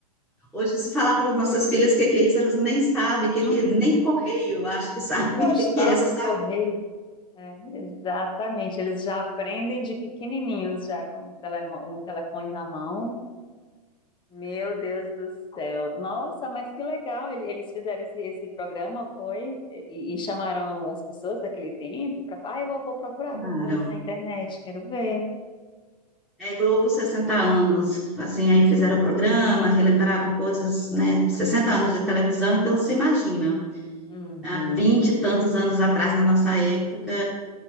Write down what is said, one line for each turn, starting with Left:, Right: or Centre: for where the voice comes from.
Centre: Hoje, se falar
Left: Mas,
Centre: para as nossas filhas o que que é isso, elas nem sabem,
Left: hum,
Centre: que
Left: hum.
Centre: que é- nem correio, eu acho que sabem
Left: Que postal,
Centre: <laughs> o que que é, só
Left: que
Centre: sabem.
Left: correio. É, exatamente. Eles já aprendem de pequenininhos, já com um telemo- um telefone na mão Meu Deus do céu. Nossa, mas que legal. ele- Eles fizeram esse, esse programa, foi? E, e chamaram as pessoas daquele tempo para. Ah, eu vou, vou procurar
Centre: Claro.
Left: depois na internet, quero ver.
Centre: É Globo 60 anos, assim, aí fizeram o programa, relembraram coisas, né, Sessenta anos de televisão, então você imagina,
Left: Uhum.
Centre: há 20 e tantos anos atrás, na nossa época,